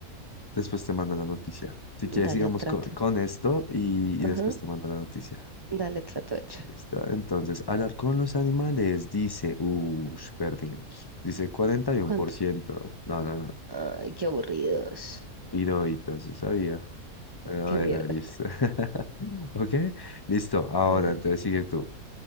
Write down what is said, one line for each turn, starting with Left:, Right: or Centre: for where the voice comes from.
Left: después te mando la noticia. Si quieres,
Right: Dale
Left: sigamos
Right: trato.
Left: con, con esto y,
Right: Ajá,
Left: y después te mando la noticia.
Right: dale trato hecho.
Left: ¿Listo? Entonces, hablar con los animales dice, uff, perdimos. Dice cuarenta y uno
Right: ¿Cuánto?
Left: por ciento No, no, no.
Right: Ay, qué aburridos.
Left: Hirohito, se sabía. Pero
Right: Qué
Left: bueno,
Right: mierda.
Left: listo. <laughs> ¿Ok? Listo. Ahora,
Right: A ver.
Left: entonces sigue tú.